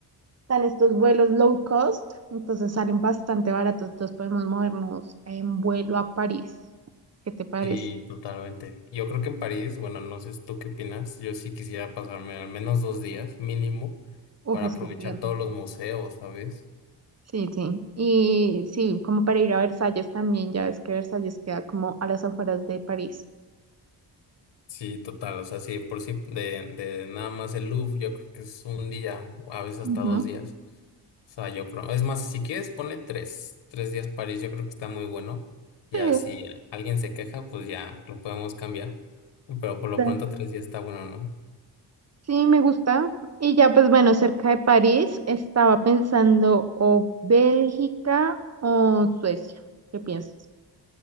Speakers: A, on the right; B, on the left.
A: están estos vuelos low cost, entonces salen bastante baratos. Entonces podemos movernos en vuelo a París. ¿Qué te parece?
B: Sí, totalmente. Yo creo que en París, bueno, no sé tú qué opinas, yo sí quisiera pasarme al menos dos días mínimo
A: Uf,
B: para
A: es
B: aprovechar
A: que es gigante.
B: todos los museos, ¿sabes?
A: Sí, sí. Y sí, como para ir a Versalles también, ya ves que Versalles queda como a las afueras de París.
B: Sí, total, o sea, sí, por sí, de, de nada más el Louvre, yo creo que es un día, o a veces hasta
A: Ujú.
B: dos días. O sea, yo creo, es más, si quieres, ponle tres, tres días París, yo creo que está muy bueno. Ya
A: Sí,
B: si alguien se queja, pues ya lo podemos cambiar. Pero por lo
A: Sí.
B: pronto tres días está bueno, ¿no?
A: sí, me gusta. Y ya, pues bueno, cerca de París estaba pensando o Bélgica o Suecia. ¿Qué piensas?